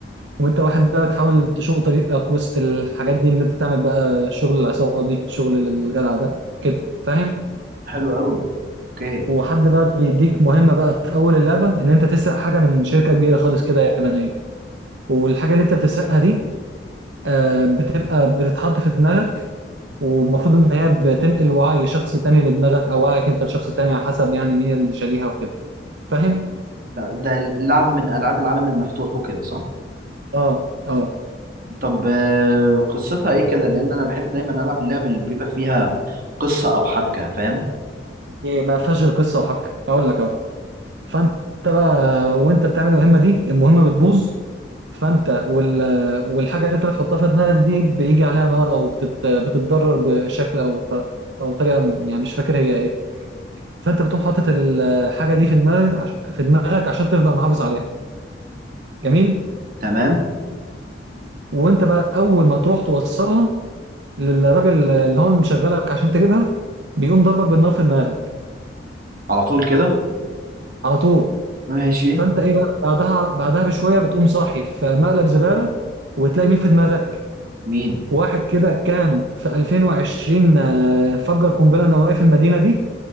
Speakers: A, on the right; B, on the right.
A: وانت واحد بقى بتحاول تشق طريقك وسط الحاجات دي ان انت تعمل بقى شغل العصابة دي شغل الجدع ده كده فاهم؟
B: حلو قوي اوكي
A: وحد بقى بيديك مهمة بقى في أول اللعبة إن أنت تسرق حاجة من شركة كبيرة خالص كده يابانية والحاجة اللي أنت بتسرقها دي آه، بتبقى بتتحط في دماغك والمفروض إن هي بتنقل وعي شخص تاني لدماغك أو وعيك أنت لشخص تاني على حسب يعني مين اللي شاريها وكده فاهم؟
B: لا، ده لعب من العاب العالم المفتوح وكده صح
A: آه آه
B: طب آه، قصتها ايه كده لان انا بحب دايما العب اللعب اللي بيبقى فيها قصة او حبكة فاهم
A: هي ما فيهاش غير قصة وحبكة أقول لك أهو فانت بقى وانت بتعمل المهمه دي المهمه بتبوظ فانت وال والحاجه اللي انت بتحطها في دماغك دي بيجي عليها نار او بتت... بتتضرر بشكل او ط... او طريقه يعني مش فاكر هي ايه فانت بتقوم حاطط الحاجه دي في دماغك عش... في دماغك عشان تفضل محافظ عليها جميل
B: تمام
A: وانت بقى اول ما تروح توصلها للراجل اللي هو مشغلك عشان تجيبها بيقوم ضربك بالنار في دماغك
B: على طول كده
A: على طول
B: ماشي
A: فانت ايه بقى بعدها بعدها بشويه بتقوم صاحي في مقلب زباله وتلاقي مين في دماغك
B: مين
A: واحد كده كان في 2020 آه، فجر قنبلة نووية في المدينة دي